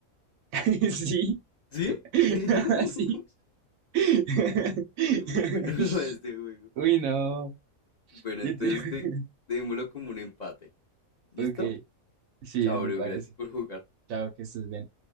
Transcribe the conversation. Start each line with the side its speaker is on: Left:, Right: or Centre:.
Right: <laughs> Sí.
Left: ¿Sí?
Right: <laughs>
Left: <laughs>
Right: Sí. <laughs>
Left: Este es muy bueno <laughs> este juego.
Right: Uy, no.
Left: Bueno, entonces
Right: <laughs>
Left: de- démoslo como un empate. ¿Listo?
Right: Ok. Sí,
Left: Chao,
Right: me
Left: bro.
Right: parece.
Left: Gracias por jugar.
Right: Chao, que estés bien.